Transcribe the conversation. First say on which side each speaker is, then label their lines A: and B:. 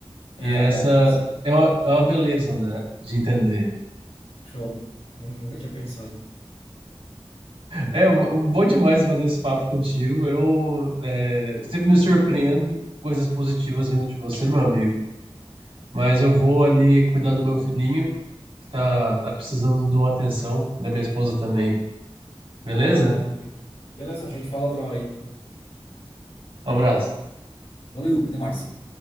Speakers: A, on the right; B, on the left.
A: E
B: É,
A: essa
B: é, tá certo.
A: é uma, é uma beleza, né? De entender.
B: Show. Nu- Nunca tinha pensado.
A: É bom demais bater esse papo contigo. Eu é, sempre me surpreendo com coisas positivas vindo de você, meu amigo. Mas eu vou ali cuidar do meu filhinho, que tá, tá precisando de uma atenção, e da minha esposa também. Beleza?
B: Ah, vai lá, tranquilo. Beleza, a gente fala outra hora aí.
A: Um abraço.
B: Valeu, até mais.